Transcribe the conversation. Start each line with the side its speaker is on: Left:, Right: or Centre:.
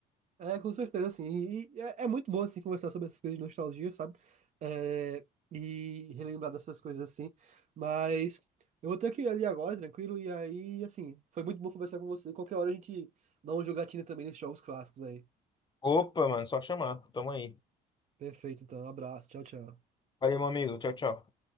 Right: É, com certeza, assim. E, e é, é muito bom, assim, conversar sobre essas coisas de nostalgia, sabe? É, e relembrar dessas coisas, assim. Mas eu vou ter que ir ali agora, tranquilo. E aí, assim, foi muito bom conversar com você. Qualquer hora a gente dá uma jogatina também nesses jogos clássicos aí.
Left: Opa, mano, só chamar. Tamo aí.
Right: Perfeito, então. Um abraço. Tchau, tchau.
Left: Valeu, meu amigo. Tchau, tchau.